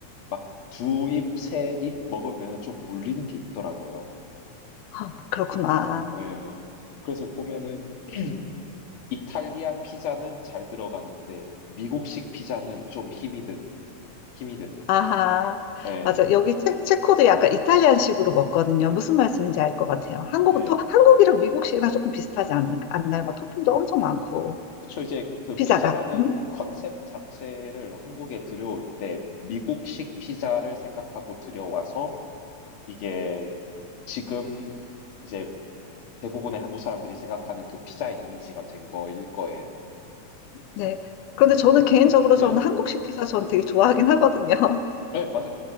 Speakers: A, on the left; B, on the left.
A: 막 두 입, 세 입 먹으면 좀 물리는 게 있더라고요.
B: 아, 그렇구나.
A: 네. 그래서 보면은 <clears throat> 이탈리안 피자는 잘 들어가는데 미국식 피자는 좀 힘이 든 힘이 드는.
B: 아하.
A: 예.
B: 맞아. 여기 체, 체코도 약간 이탈리안식으로 먹거든요. 무슨 말씀인지 알 것 같아요. 한국은
A: 예.
B: 또 한국이랑 미국식이랑 조금 비슷하지 않, 않나요? 막 토핑도 엄청 많고.
A: 그쵸. 이제 그 피자라는
B: 피자가. 음?
A: 컨셉 자체를 한국에 들여올 때 미국식 피자를 생각하고 들여와서 이게 지금 이제 대부분의 한국 사람들이 생각하는 그 피자의 이미지가 된 거일 거예요.
B: 네. 그런데 저는 개인적으로
A: 네.
B: 저는 한국식 피자 저는 되게 좋아하긴 하거든요. <laughs>
A: 네, 맞아요.